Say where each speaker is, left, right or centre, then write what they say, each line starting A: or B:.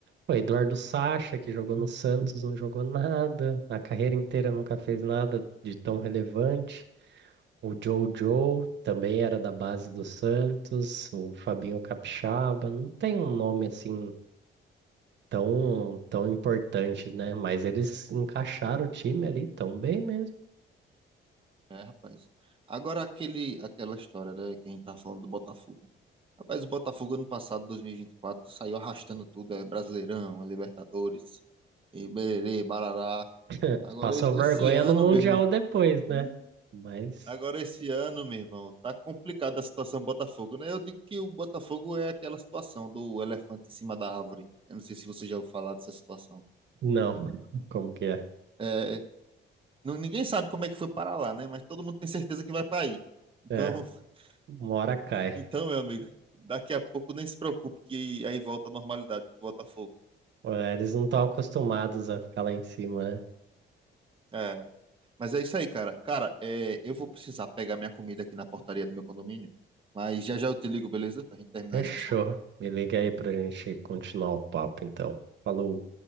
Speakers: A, on the right (about 65°); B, on the right (about 25°).
A: O Eduardo Sacha, que jogou no Santos, não jogou nada, a carreira inteira nunca fez nada de tão relevante. O Jojo também era da base do Santos, o Fabinho Capixaba, não tem um nome assim tão, tão importante, né? Mas eles encaixaram o time ali tão bem mesmo.
B: É, rapaz. Agora aquele, aquela história, né, que a gente tava falando do Botafogo. Rapaz, o Botafogo ano passado, dois mil e e vinte e quatro saiu arrastando tudo, é Brasileirão, é Libertadores, e bererê, barará.
A: <laughs>
B: Agora,
A: Passou
B: e- esse
A: vergonha
B: ano,
A: no Mundial
B: meu irmão.
A: depois,
B: Hum.
A: né? Mas
B: Agora, esse ano, meu irmão, tá complicada a situação do Botafogo, né? Eu digo que o Botafogo é aquela situação do elefante em cima da árvore. Eu não sei se você já ouviu falar dessa situação.
A: não, <laughs> como que é?
B: É, não- ninguém sabe como é que foi para lá, né? Mas todo mundo tem certeza que vai para aí. Então,
A: É,
B: <laughs>
A: uma hora cai.
B: então, meu amigo, daqui a pouco nem se preocupe que aí volta a normalidade do Botafogo.
A: É, Eles não estão acostumados a ficar lá em cima, né?
B: É, mas é isso aí, cara. Cara, é, eu vou precisar pegar minha comida aqui na portaria do meu condomínio. Mas já já eu te ligo, beleza? Pra gente terminar
A: Fechou.
B: esse assunto.
A: Me liga aí pra gente continuar o papo, então. Falou.